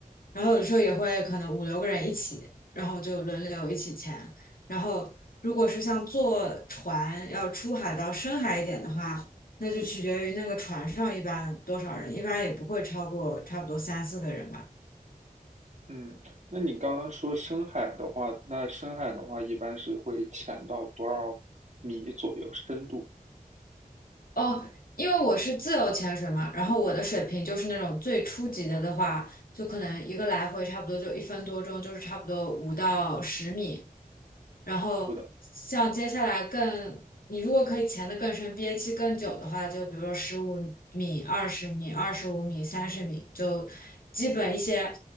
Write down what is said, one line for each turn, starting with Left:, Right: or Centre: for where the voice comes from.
Left: 然后有时候也会可能五六个人一起，然后就轮流一起潜。然后如果是像坐船要出海到深海一点的话，那就取决于那个船上一般多少人，一般也不会超过差不多三四个人吧。
Right: 嗯，那你刚刚说深海的话，那深海的话一般是会潜到多少米左右深度？
Left: 哦，因为我是自由潜水嘛，然后我的水平就是那种最初级的的话，就可能一个来回差不多就一分多钟，就是差不多五到十米。然后像接下来更，
Right: 不的
Left: 你如果可以潜得更深，憋气更久的话，就比如说十五米、二十米、二十五米、三十米，就基本一些